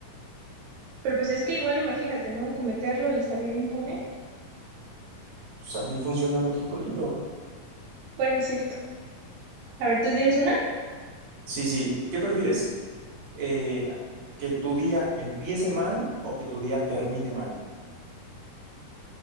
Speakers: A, on the right; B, on the right.
A: Pero pues es que igual imagínate, ¿no? Cometerlo y salir impune.
B: Pues así funciona México lindo.
A: Bueno, es cierto. A ver, ¿tú tienes una?
B: Sí, sí. ¿Qué prefieres? Eh, ¿que tu día empiece mal o que tu día termine mal?